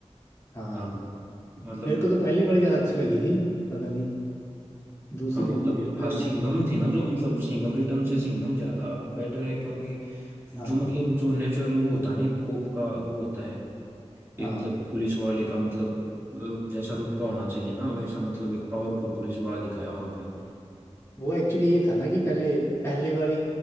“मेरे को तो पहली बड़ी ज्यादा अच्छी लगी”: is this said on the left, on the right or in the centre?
Left